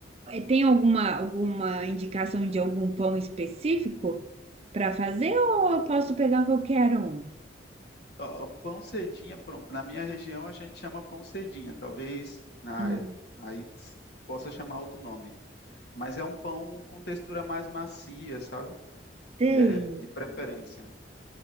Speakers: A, on the right; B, on the left.
A: Tem alguma, alguma indicação de algum pão específico para fazer ou eu posso pegar qualquer um?
B: ó, pão cedinha, pronto. Na minha região a gente chama pão cedinha, talvez na,
A: Ah,
B: aí ts- possa chamar outro nome. Mas é um pão com textura mais macia, sabe?
A: Tem.
B: É, de preferência.